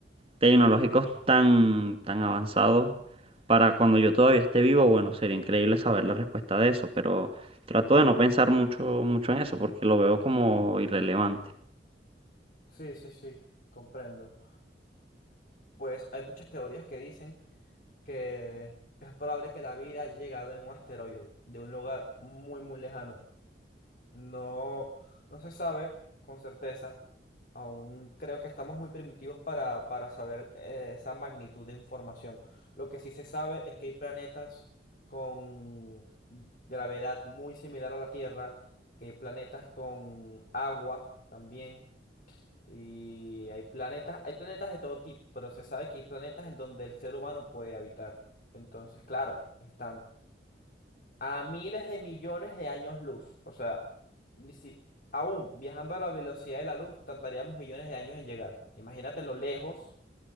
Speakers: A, on the right; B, on the left.
A: tecnológicos tan, tan avanzados para cuando yo todavía esté vivo, bueno, sería increíble saber la respuesta de eso, pero trato de no pensar mucho, mucho en eso porque lo veo como irrelevante.
B: sí, sí, sí, comprendo. Pues hay muchas teorías que dicen que es probable que la vida haya llegado en un asteroide de un lugar muy, muy lejano. No, no se sabe con certeza. Aún creo que estamos muy primitivos para, para saber eh, esa magnitud de información. Lo que sí se sabe es que hay planetas con gravedad muy similar a la Tierra, que hay planetas con agua también, y hay planetas, hay planetas de todo tipo, pero se sabe que hay planetas en donde el ser humano puede habitar. Entonces, claro, están a miles de millones de años luz. O sea, ni si, aún viajando a la velocidad de la luz, tardaríamos millones de años en llegar. Imagínate lo lejos,